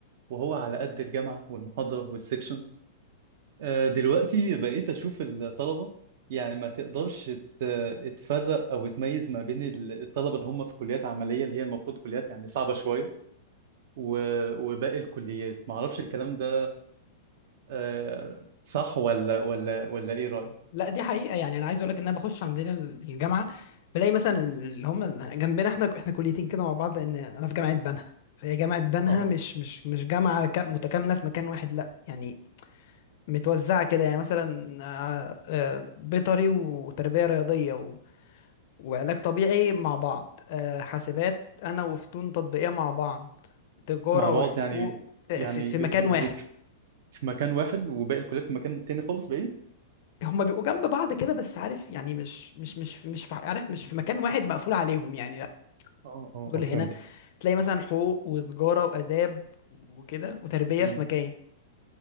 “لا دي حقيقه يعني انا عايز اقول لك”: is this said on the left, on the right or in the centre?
Left